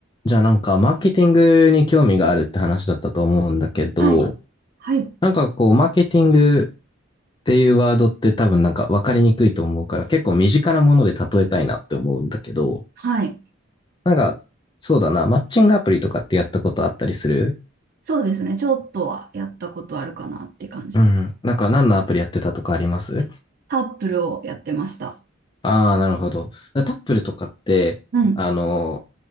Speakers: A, on the left; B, on the right.
A: じゃあなんかマーケティングに興味があるって話だったと思うんだけど、
B: はい。はい。
A: なんかこうマーケティングっていうワードって多分なんか分かりにくいと思うから結構身近なもので例えたいなって思うんだけど、
B: はい。
A: なんかそうだな、マッチングアプリとかってやったことあったりする
B: そうですね。ちょっとはやったことあるかなって感じです。
A: うん。なんか何のアプリやってたとかあります
B: タップルをやってました。
A: ああー、なるほど。だタップルとかって、
B: うん。
A: あの、